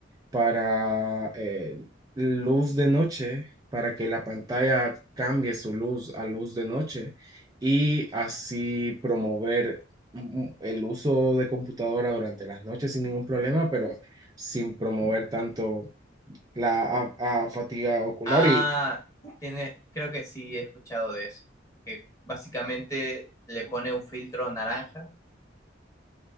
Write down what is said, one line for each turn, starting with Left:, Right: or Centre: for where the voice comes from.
Right: para eh, luz de noche, para que la pantalla cambie su luz a luz de noche y así promover mm, el uso de computadora durante las noches sin ningún problema, pero sin promover tanto la a- a fatiga ocular.
Left: Ah,
Right: Y
Left: tiene, creo que sí he escuchado de eso, que básicamente le pone un filtro naranja.